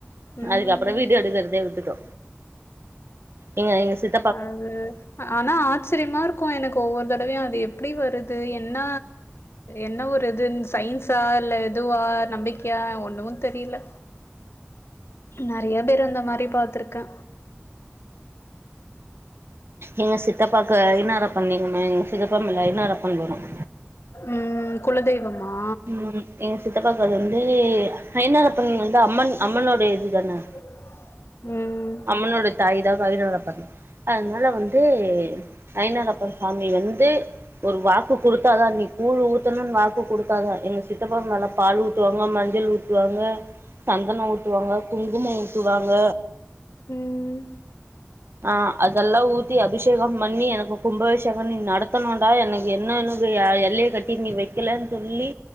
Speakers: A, on the left; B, on the right.
A: ம்
B: அதுக்கப்புறோ வீடியோ எடுக்கறதயே விட்டுட்டோ எங்க எங் சித்
A: அது ஆனா ஆச்சிரியமா இருக்கு எனக்கு ஒவ்வொரு தடவயு அது எப் எப்டி வருது என்ன என்ன ஒரு வித் இன் சயின்ஸா இல்ல எதுவா நம்பிக்கையா ஒன்னு தெரியல நறையா பேரு அந்த மாரி பாத்திருக்கே
B: எங்க சித்தப்பாவுக்கு ஐனாரப்பன் எங்க மேல சித்தப்பா மேல ஐனாரப்பன் வரும்
A: ம் குலதெய்வமா
B: ம் எங்க சித்தப்பாக்கு அது வந்து ஐனாரப்பன் வந்து அம்மன் அம்மனோட இதுதான
A: <unintelligible> ம்
B: அம்மனோட தாய் தா கரிவேலனப்பன் அதனால வந்து ஐனாரப்பன் சாமி வந்து ஒரு வாக்கு குடுத்தா தா நீ கூழு ஊத்தணுனு வாக்கு கொடுத் தா தா எங்க சித்தப்பா மேல பாலு ஊத்துவாங்க மஞ்சள் ஊத்துவாங்க சந்தனோ ஊத்துவாங்க குங்குமம் ஊத்துவாங்க
A: ம்
B: ஆ அதெல்லா ஊத்தி அபிஷேகம் பண்ணி எனக்கு கும்பாபிஷேகம் நீ நடத்தணுன்டா எனக் என்ன என்னுடய எல்லைய கட்டி நீ வைக்கல சொல்லி